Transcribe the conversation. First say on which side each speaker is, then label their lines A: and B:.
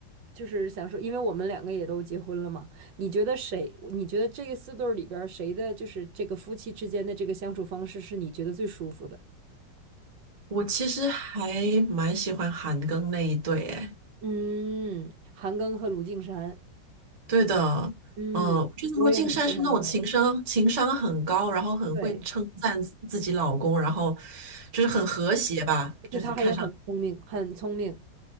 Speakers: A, on the right; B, on the right.
A: 就是想说，因为我们两个也都结婚了嘛，你觉得谁？你觉得这个四对儿里边儿谁的就是这个夫妻之间的这个相处方式是你觉得最舒服的？
B: 我其实还蛮喜欢韩庚那一对，哎，
A: 嗯，韩庚和卢靖姗，
B: 对的，
A: 嗯，
B: 嗯，我觉得卢靖姗是那种情商情商很高，
A: 我也很喜欢他们。
B: 然后很会称赞自自己老公，
A: 对，
B: 然后就是很和谐吧，
A: 而且他还也很聪明，
B: 就是看上，
A: 很聪明。